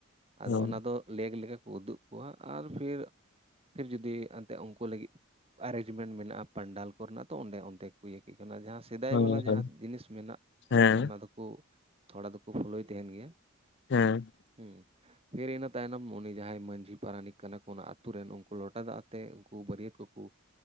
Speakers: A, on the right; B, on the left.
A: ᱟᱫᱚ
B: ᱦᱮᱸ
A: ᱚᱱᱟ ᱫᱚ ᱞᱮᱜ ᱞᱮᱠᱟ ᱠᱚ ᱩᱫᱩᱜ ᱠᱚᱣᱟ ᱟᱨ ᱯᱷᱤᱨ ᱯᱷᱤᱨ ᱡᱩᱫᱤ ᱮᱱᱛᱮᱫ ᱩᱱᱠᱩ ᱞᱟᱹᱜᱤᱫ ᱟᱨᱮᱧᱡᱢᱮᱱᱴ ᱢᱮᱱᱟᱜᱼᱟ ᱯᱟᱱᱰᱟᱞ ᱠᱚᱨᱮᱱᱟᱜ ᱛᱚ ᱚᱸᱰᱮ ᱚᱱᱛᱮ ᱠᱚ ᱤᱭᱟᱹ ᱠᱟᱱᱟ ᱡᱟᱦᱟᱸ ᱥᱮᱫᱟᱭ
B: ᱦᱳᱭ
A: ᱵᱟᱞᱟ ᱡᱟᱦᱟᱸ
B: ᱦᱳᱭ
A: ᱡᱤᱱᱤᱥ ᱢᱮᱱᱟᱜ
B: ᱦᱮᱸ
A: ᱮᱱᱛᱮᱫ ᱚᱱᱟ ᱫᱚᱠᱚ ᱛᱷᱚᱲᱟ ᱫᱚᱠᱚ ᱯᱷᱳᱞᱳᱭ ᱛᱟᱦᱮᱱ ᱜᱮᱭᱟ᱾
B: ᱦᱮᱸ
A: ᱦᱮᱸ ᱯᱷᱤᱨ ᱤᱱᱟᱹ ᱛᱟᱭᱱᱚᱢ ᱩᱱᱤ ᱡᱟᱦᱟᱸᱭ ᱢᱟᱺᱡᱷᱤ ᱯᱟᱨᱟᱱᱤᱠ ᱠᱟᱱᱟ ᱠᱚ ᱚᱱᱟ ᱟᱛᱩ ᱨᱮᱱ ᱩᱱᱠᱩ ᱞᱚᱴᱟ ᱫᱟᱜ ᱟ ᱛᱮ ᱩᱱᱠᱩ ᱵᱟᱹᱨᱭᱟᱹᱛ ᱠᱚ ᱠᱚ